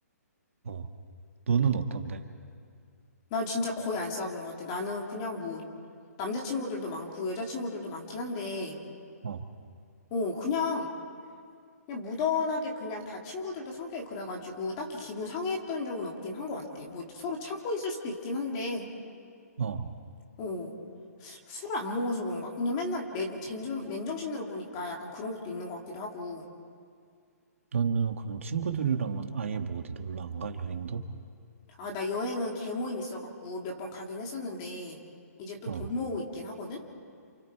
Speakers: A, on the right; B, on the left.
A: 어, 너는 어떤데?
B: 난 진짜 거의 안 싸워본 것 같아. 나는 그냥 뭐, 남자친구들도 많고 여자친구들도 많긴 한데,
A: 어,
B: 어, 그냥, 그냥 무던하게 그냥 다 친구들도 성격이 그래가지고 딱히 기분 상해했던 적은 없긴 한 것 같아. 뭐 서로 참고 있을 수도 있긴 한데,
A: 어.
B: 어, 술을 안 먹어서 그런가? 그냥 맨날 맨, 젠정, 맨정신으로 보니까 약간 그런 것도 있는 것 같기도 하고.
A: 너는 그럼 친구들이랑은 아예 뭐 어디 놀러 안 가? 여행도?
B: 아, 나 여행은 개모임 있어갖고 몇 번 가긴 했었는데, 이제 또
A: 어.
B: 돈 모으고 있긴 하거든?